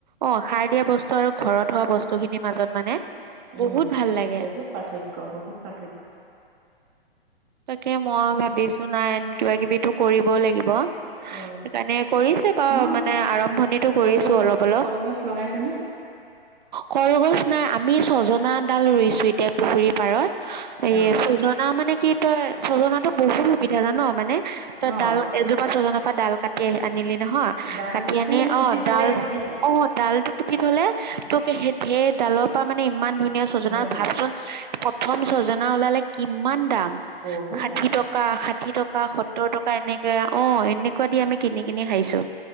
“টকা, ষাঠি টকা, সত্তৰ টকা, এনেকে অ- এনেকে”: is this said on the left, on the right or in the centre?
Right